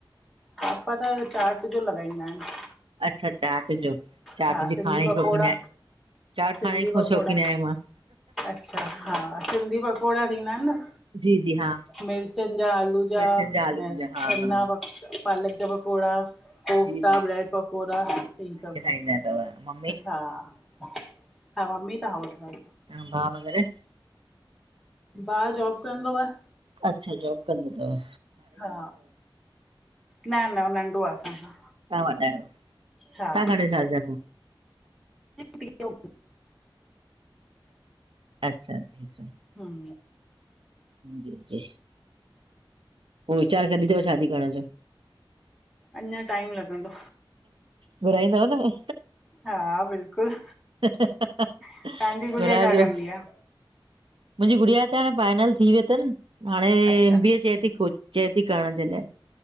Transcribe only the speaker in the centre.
पापा त चाट जो लॻाईंदा आहिनि।
हा,
सिंधी
पकोड़ा।
सिंधी
पकोड़ा,
अच्छा हा। सिंधी पकोड़ा थींदा आहिनि न?
मिर्चनि जा-आलू जा
ऐं
सन्ना
प पालकु जा पकोड़ा, कोफ्ता,
ब्रेड-पकोड़ा हे सभु।
हा- हा मम्मी त हाऊस वाइफ।
भाउ जॉबु कन्दो आ।
हा न-न नंढो आ असांखां।
हा
टीयो
हम
अञा टाईम लॻंदो।
हा बिल्कुलु।
तव्हांजी गुड़िया
छा कंदी
आ
अच्छा